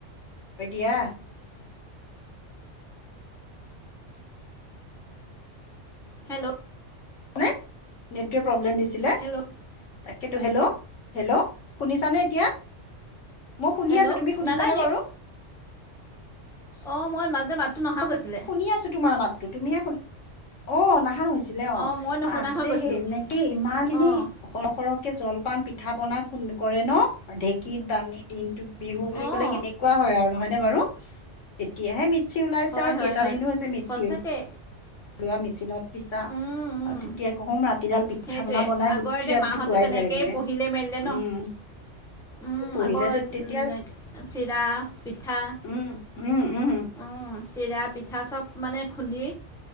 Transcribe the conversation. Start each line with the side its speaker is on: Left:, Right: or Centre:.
Left: হয় দিয়া।
Centre: হেল্ল'।
Left: নে নেটটোৱে প্ৰব্লেম দিছিলে।
Centre: হেল্ল'
Left: তাকেতো হেল্ল' হেল্ল' শুনিছানে এতিয়া? মই শুনি
Centre: হেল্ল'
Left: আছো তুমি
Centre: শুনা
Left: শুনিছানে
Centre: নাই
Left: বাৰু?
Centre: অ মই মাজে মাততো নহা গৈছিলে।
Left: শুনি আছো তোমাৰ মাততো তুমিহে শুন অ নাহা হৈছ ছিলে অ
Centre: অঁ মই নুশুনা
Left: আগতে
Centre: হৈ গৈছিলোঁ
Left: সেই <unintelligible> ইমা <unintelligible>
Centre: অঁ
Left: সৰহ সৰহকে জলপান পিঠা পনা খুন কৰে ন? ঢেকীত বানি দিন বিহু বুলি
Centre: অঁ
Left: ক'লে কেনেকুৱা হয় আৰু নহয়নে বাৰু? এতিয়াহে মিতচি ওলাইছে
Centre: হয়
Left: আৰু
Centre: হয়
Left: কেইটা
Centre: হয়
Left: দিননো হৈছে মিতচি
Centre: সঁচাকে
Left: উল লোৱা মিচিনত পিছা আৰু
Centre: উম উম
Left: তেতিয়া কম ৰাত তিডাল পিঠা
Centre: সেইটোৱে
Left: পনা বনাই
Centre: আগৰ
Left: গোটেই
Centre: এতিয়া
Left: ৰাতিটো
Centre: মাহঁতে
Left: পোৱাই
Centre: তেনেকেই
Left: যায়গৈ
Centre: পঢ়িলে মেলিলে ন
Left: উম।
Centre: উম,
Left: পঢ়িলে
Centre: আকৌ
Left: তেতিয়া
Centre: নে চিৰা পিঠা
Left: উম, উম, উম‌।
Centre: অ চিৰা পিঠা চব মানে খুন্দি